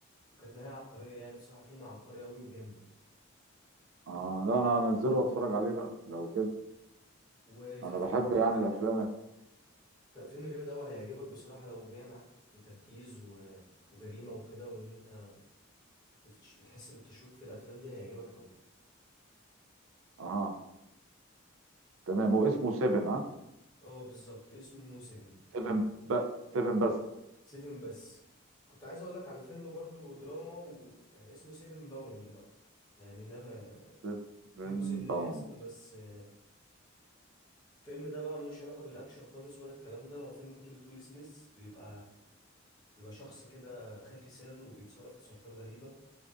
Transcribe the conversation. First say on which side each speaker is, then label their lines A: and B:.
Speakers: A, on the left; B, on the right.
A: وكانت نهاية عبقرية يعني بصراحة فيلم عبقري قوي وجامد
B: اه لا انا هنزله واتفرج عليه بقى لو كده
A: وفي
B: انا
A: فيلم
B: بحب يعني الافلام
A: طب فيلم جامد قوي هيعجبك بصراحة لو جاي معاك بتركيز و... وجريمة وكده وان انت بتتش... بتحس بالتشويق في الافلام دي هيعجبك قوي
B: اه تمام هو اسمه 7 ها
A: اه بالظبط اسمه سيفن
B: 7 ب 7 بس
A: سيفن بس كنت عايز اقول لك على فيلم برضو دراما و... يعني اسمه سيفن باوند بقى يعني انما
B: 7
A: في جزء من الاسم
B: باوند
A: بس آه، الفيلم ده بقى ملوش علاقة بالاكشن خالص ولا الكلام ده هو فيلم بطولة ويل سميث بيبقى بيبقى شخص كده خافي سر وبيتصرف تصرفات غريبة